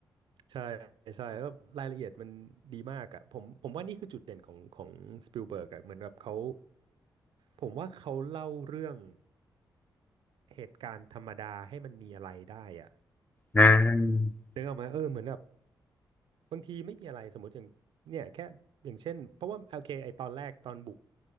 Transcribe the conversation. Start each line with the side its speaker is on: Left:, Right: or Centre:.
Right: ใช่ใช่แล้วรายละเอียดมันดีมากอะผมผมว่านี่คือจุดเด่นของของสปิลเบิร์กอะเหมือนแบบเขาผมว่าเขาเล่าเรื่องเหตุการณ์ธรรมดาให้มันมีอะไรได้อะ
Left: อืม
Right: นึกออกไหมเออเหมือนแบบบางทีไม่มีอะไรสมมติอย่างเนี่ยแค่อย่างเช่นเพราะว่าโอเคไอตอนแรกตอนบุก